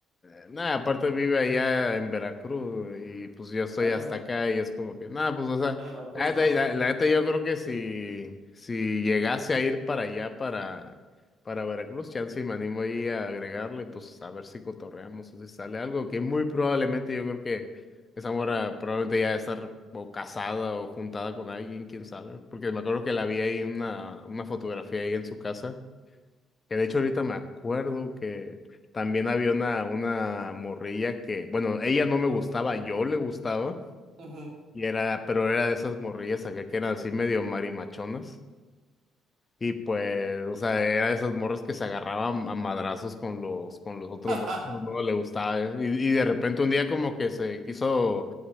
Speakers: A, on the left (about 30°); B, on the right (about 50°).
A: eh, nada, aparte vive allá en Veracruz y pues yo estoy
B: Ah,
A: hasta acá y es como que, nada, pues o sea,
B: ah, no, entonces
A: la
B: no.
A: neta, la- la neta yo creo que si, si llegase a ir para allá, para, para Veracruz, chance y me animo ahí a agregarle, pues a ver si cotorreamos o si sale algo, que muy probablemente yo creo que esa mora probablemente ya debe estar o casada o juntada con alguien, quién sabe, porque me acuerdo que la vi ahí una, una fotografía ahí en su casa. Que de hecho ahorita me acuerdo que también había una, una morrilla que, bueno, ella no me gustaba, yo le gustaba,
B: Ujú.
A: y era, pero era de esas morrillas acá que eran así medio marimachonas. Y pues, o sea, era de esas morras que se agarraban a madrazos con los, con los otros
B: <laughs>
A: vatos, ¿no? Le gustaba. eh. Y, y de repente un día como que se quiso